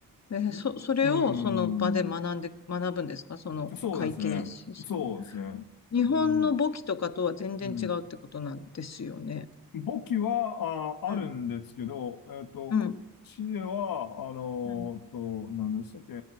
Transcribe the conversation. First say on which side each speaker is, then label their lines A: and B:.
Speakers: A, on the left; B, on the left.
A: えーそ、
B: んうん、
A: それをその場で学んで、学ぶんですかその会計システム。
B: そうですね。そうですね。
A: 日本の簿記とかとは全然違うってことなんですよね。
B: うん、うん。簿記は、あ、
A: うん。
B: あるんですけど、えっと、
A: うん。
B: こっちでは、あの、
A: うん。
B: と、何でしたっけ、え